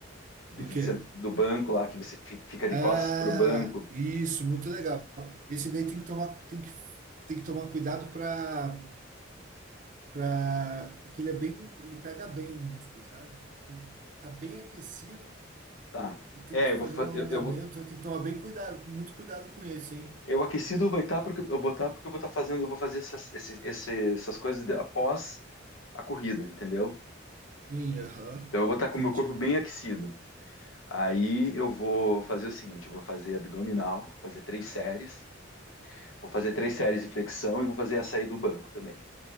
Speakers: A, on the left; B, on the right.
A: de-
B: Do quê?
A: do banco lá, que você fi- fica de
B: Ah,
A: costas pro banco.
B: isso, muito legal. Esse daí tem que tomar, tem que, tem que tomar cuidado para para que ele é bem, ele pega bem o músculo, sabe? Tem que estar bem aquecido
A: Tá.
B: E tem
A: É,
B: que fazer
A: eu vou, fa-
B: um alongamento,
A: eu, eu vou,
B: tem que tomar bem cuidado, muito cuidado com esse, hein?
A: Eu aquecido vai estar porque eu vou estar porque eu vou estar fazendo, eu vou fazer essas, esse- esse- essas coisas de- após a corrida, entendeu?
B: Sim, aham.
A: Então eu vou estar com
B: Entendi.
A: o meu corpo bem aquecido. Aí eu vou fazer o seguinte, eu vou fazer abdominal, fazer três séries, vou fazer três séries de flexão e vou fazer a saída do banco também.